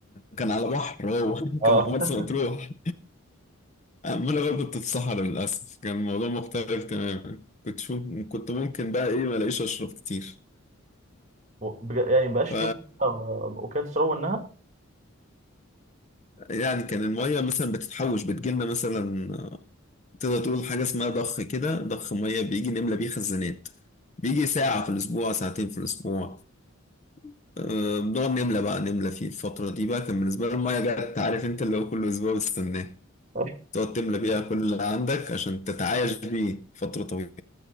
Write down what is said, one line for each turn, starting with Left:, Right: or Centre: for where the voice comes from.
Left: كان على بحر هو <laughs>
Right: اه
Left: كان في مرسى
Right: <laughs>
Left: مطروح <laughs> أما أنا بقى كنت في صحراء للأسف كان الموضوع مختلف تماما كنت شو كنت ممكن بقى إيه ما ألاقيش أشرب كتير
Right: بج- يعني ما بقاش في
Left: ف
Right: آه، اوكيات تشربوا منها
Left: يعني كان المية مثلا بتتحوش بتجيلنا مثلا تقدر تقول حاجة اسمها ضخ كده ضخ مية بيجي نملى بيه خزانات بيجي ساعة في الأسبوع ساعتين في الأسبوع أه، بنقعد نملى بقى نملى فيه الفترة دي بقى كان بالنسبة لي المية جت عارف أنت اللي هو كل أسبوع بستناه
Right: آه،
Left: تقعد تملى بيها كل اللي عندك عشان تتعايش بيه فترة طويلة